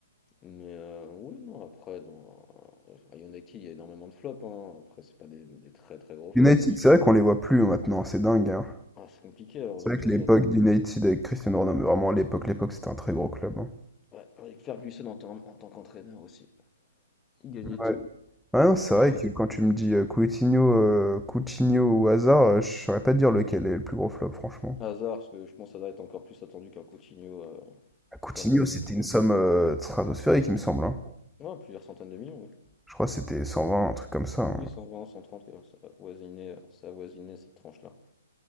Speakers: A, on the left; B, in the centre.
A: Mais euh, oui, non, après, dans, euh, à United, il y a énormément de flops. hein. Après, c'est pas des, des très très gros flops
B: United,
A: parce
B: c'est
A: que c'est
B: vrai qu'on les voit plus hein, maintenant, c'est dingue. hein.
A: ah, c'est compliqué, heureusement
B: C'est vrai
A: qu'ils
B: que
A: sont au
B: l'époque
A: final d'Europe.
B: d'United avec Cristiano Ronaldo, mais vraiment l'époque, l'époque c'était un très gros club. hein.
A: Ouais, avec Ferguson en, tant- en tant qu'entraîneur aussi, il gagnait
B: Ouais.
A: tout.
B: Ouais, non, c'est
A: Ah,
B: vrai
A: ouais.
B: que quand tu me dis euh, Coutinho, euh, Coutinho ou Hazard, euh, je saurais pas te dire lequel est le plus gros flop, franchement.
A: Hazard, parce que je pense que Hazard est encore plus attendu qu'un Coutinho euh,
B: Ah, Coutinho,
A: dans le monde
B: c'était
A: du football.
B: une somme euh, stratosphérique, il me semble. hein.
A: Ouais, plusieurs centaines de millions, oui.
B: Je crois que c'était 120, un truc comme ça. hein.
A: Oui, 120, 130, euh, ça a voisiné, ça a voisiné cette tranche-là.